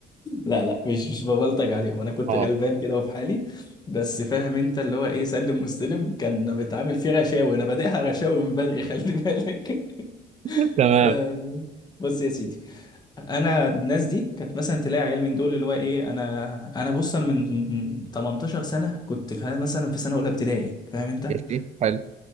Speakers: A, on the left (about 25°); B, on the right (about 40°).
A: لا لا مش مش ببلطج عليهم انا كنت
B: اه
A: غلبان كده وفي حالي بس فاهم انت اللي هو ايه سلم واستلم كان بيتعامل فيه غشاوي انا بادئها غشاوي من بدري خلي بالك <laughs>
B: <laughs> تمام
A: آه، بص يا سيدي انا الناس دي كانت مثلا تلاقي عيال من دول اللي هو ايه انا انا بص انا من 18 سنه كنت فا- مثلا في سنه اولى ابتدائي فاهم انت
B: ماشي حلو